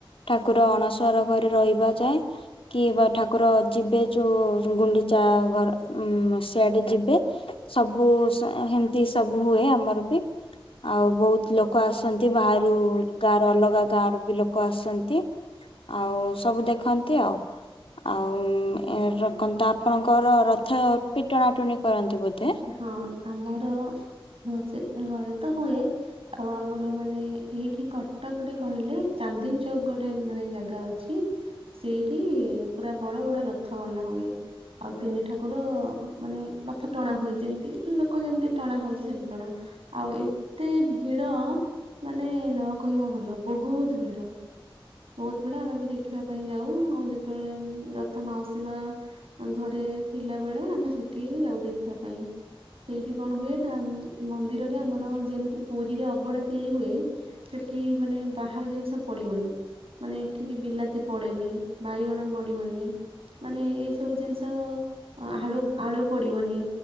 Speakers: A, on the left (about 80°); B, on the right (about 85°).
A: ଠାକୁର ଅଣସର ଘରେ ରହିବା ଯାଏ କି ବା ଠାକୁର ଯିବେ ଯୋ ଓ ଗୁଣ୍ଡିଚା ଆ ଘର ଉମ୍ ସିଆଡେ ଯିବେ ସବୁ ସେହ୍ ହେମିତି ସବୁ ହୁଏ ଆମର ବି ଆଉ ବହୁ ଲୋକ ଆସନ୍ତି ବାହାରୁ ଉ ଗାଁ ରୁ ଅଲଗା ଗାଁ ରୁ ବି ଲୋକ ଆସନ୍ତି ଆଉ ସବୁ ଦେଖନ୍ତି ଆଉ ଆଉ ଉ ଏ ରଖନ୍ତି ଆପଣଙ୍କର ରଥ ପି ଟଣା ଟଣି କରନ୍ତି। ବୋଧେ?
B: ହଁ ଆମର ହଁ ସେ ଘର ତ ହୁଏ ଆଉ ଆମ ର ମାନେ ଏଇଠି କଟକ୍ ରେ କହିଲେ ଚାନ୍ଦିନୀ ଚୌକ୍ ଗୋଟେ ମାନେ ଜାଗା ଅଛି ସେଇଠି ଇ ପୁରା ବଡ ବଡ ରଥ ବନା ହୁଏ ଆଉ ତିନି ଠାକୁର ଅ ମାନେ ରଥ ଟଣା ହୁଏ ଯେମିତି ମ୍ ଲୋକ ଯେମିତି ଟଣା ହଉଛି ସେମିତି ଟଣା ଆଉ ଏତେ ଭିଡ ମାନେ ନ କହିବା ଭଲ। ଲ ବହୁତ ଭିଡ। ବହୁତ ଭିଡ ଆମେ ବି ଦେଖିବା ପାଇଁ ଯାଉ ଉ, ଆଉ ଯେତେବେଳେ ଉମ୍ ରଥ ମାଉସୀ ମା ଘରେ ଥିଲା ବେଳେ ଆମେ ସେଠିକି ବି ଯାଉ ଦେଖିବା ପାଇଁ, ସେଇଠି କଣ ହୁଏ ଠାମ୍ ମନ୍ଦିରରେ ଆମର ଯେମିତି ପୁରୀରେ ଅବଡା ତିଆରି ହୁଏ ସେଠି ମାନେ ବାହାର ଜିନିଷ ପଡିବନି। ମାନେ ଏଠି ବି ବିଲାତି ପଡେନି, ବାଇଗଣ ପଡିବନି ମାନେ ଏଇ ସବୁ ଜିନିଷ ଅ ଆଳୁ ଆଳୁ ପଡିବନି,